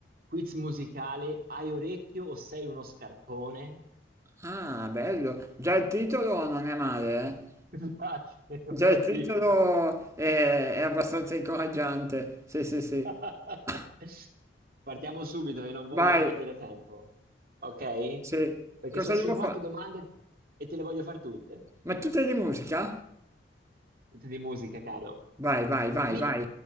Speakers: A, on the right; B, on the right.
A: quiz musicale. Hai orecchio o sei uno scarpone?
B: Ah, bello. Già il titolo non è male, eh?
A: <laughs> Mi piace,
B: Già
A: bel
B: il titolo
A: titolo.
B: è, è abbastanza incoraggiante. Sì, sì, sì.
A: <laughs>
B: <laughs>
A: Partiamo subito, che non voglio
B: Vai,
A: perdere tempo. Ok?
B: sì.
A: Perché
B: Cosa
A: sono
B: devo
A: 50
B: fare?
A: domande e te le voglio far tutte.
B: Ma tu te di musica?
A: Tutte di musica, caro.
B: Vai, vai, vai,
A: Via.
B: vai.